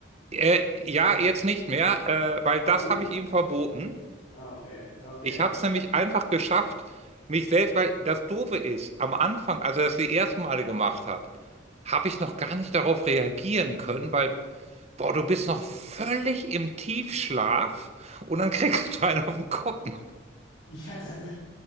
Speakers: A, on the right; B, on the left.
A: Äh, ja, jetzt nicht mehr, äh, weil
B: Au.
A: das habe ich ihm verboten.
B: Ah, Okay, okay.
A: Ich habe es nämlich einfach geschafft, mich selbst, weil das Doofe ist, am Anfang, als er das die ersten Male gemacht hat, habe ich noch gar nicht darauf reagieren können, weil, boah, du bist noch völlig im Tiefschlaf und dann kriegst du einen auf den Kopf.
B: Ja, das,